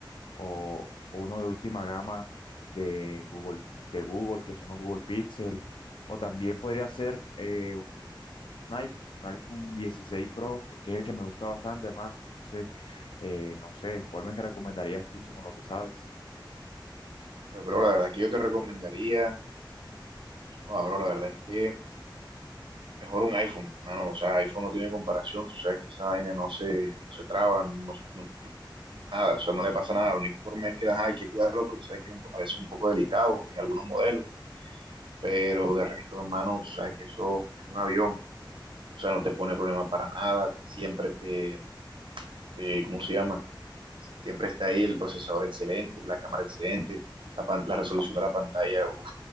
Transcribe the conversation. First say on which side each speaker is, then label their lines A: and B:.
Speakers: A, on the left; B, on the right.
A: o uno de última gama de Google, de Google, que son los Google Pixel, o también podría ser eh, un iPhone, un iPhone 16 Pro, que es el que me gusta bastante, hermano. Entonces, eh, no sé, ¿cuál me recomendarías tú según lo que sabes?
B: Pues, bro, la verdad es que yo te recomendaría, joder, bro, la verdad es que mejor un iPhone, mano O sea, iPhone no tiene comparación. Tú sabes que esa vaina no se, no se traba, no, no- nada. O sea, no le pasa nada. La única forma es que ajá, hay que cuidarlo porque tú sabes que es un- a veces es un poco delicado en algunos modelos. Pero de resto, hermano, tú sabes que eso es un avión. O sea, no te pone problema para nada. Siempre te, te ¿cómo se llama? siempre está ahí el procesador excelente, la cámara excelente, la, pan- la resolución de la pantalla, uf,